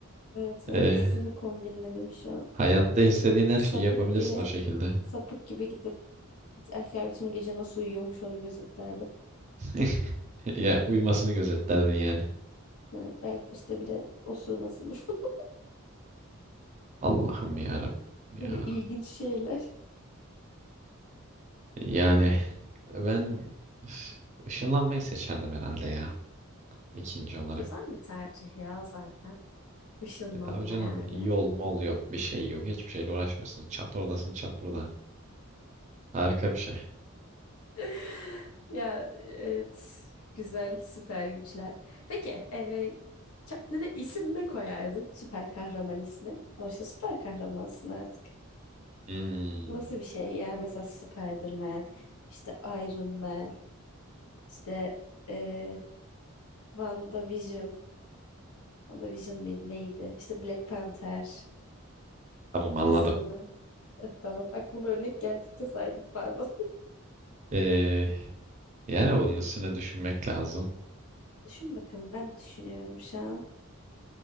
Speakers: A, on the left; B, on the right.
A: Evet ben
B: Ee,
A: ikisini kombinledim şu an.
B: hayatta istediğin her
A: Sapık
B: şeyi yapabilirsin
A: gibi
B: o şekilde.
A: sapık gibi gidip erkek arkadaşım gece nasıl uyuyormuş onu gözetlerdim.
B: <laughs> Ya uyumasını gözetlerdin yani.
A: Yani belki işte bir de osurmasını <laughs> falan.
B: Allah'ım ya Rabbim
A: Böyle
B: ya.
A: ilginç şeyler.
B: Yani e, ben üf, ışınlanmayı seçerdim herhalde ya ikinci olarak.
A: Güzel bir tercih ya zaten. Işınlanma
B: E tabii canım
A: yani.
B: yol mol yok bir şey yok hiçbir şeyle uğraşmıyorsun. Çat oradasın çat burada. Harika bir şey.
A: <laughs> Ya evet. Güzel süper güçler. Peki e, kendine isim ne koyardın? Süper kahraman ismi. Sonuçta süper kahramansın artık.
B: Hmm,
A: Nasıl bir şey? Yani mesela Spider-Man, işte Iron Man, işte eee WandaVision. WandaVision mıydı neydi? İşte Black Panther
B: tamam anladım.
A: gibisinden. Eh, Tamam aklıma örnek geldikçe saydım pardon.
B: Ee, yani bunun üstüne düşünmek lazım.
A: <laughs> Düşün bakalım ben düşünüyorum şu an.